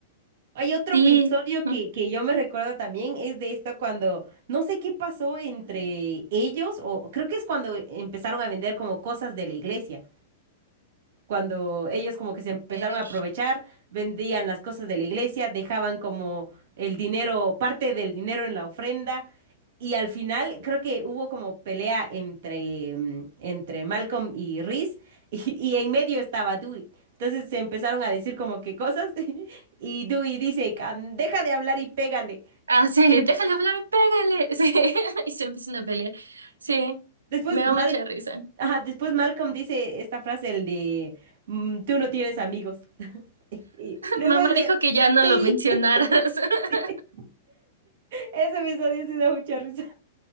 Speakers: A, on the right (about 60°); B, on the right (about 80°).
A: Hay otro
B: Sí.
A: episodio
B: <laughs>
A: que, que yo me recuerdo también, es de esto cuando no sé qué pasó entre ellos, o creo que es cuando empezaron a vender como cosas de la iglesia cuando ellos como que se empezaron
B: Eh,
A: a aprovechar, vendían las cosas de la iglesia, dejaban como el dinero, parte del dinero en la ofrenda, y al final creo que hubo como pelea entre, mm, entre Malcolm y Reese, <laughs> y, y en medio estaba Dewey. Entonces se empezaron a decir como que cosas, <laughs> y Dewey dice, "Can- deja de hablar y pégale.
B: Ah, sí, déjale hablar, pégale. Sí, <laughs> y se empiezan a pelear. Sí,
A: Después,
B: me da mucha
A: Mal
B: risa.
A: Ajá,
B: <laughs>
A: después Malcolm dice esta frase, el de, "Mm, tú no tienes amigos. <laughs> Y, y después
B: Mamá
A: el de,
B: dijo que ya no
A: sí.
B: lo mencionaras. <laughs>
A: <laughs> Ese episodio sí da mucha risa.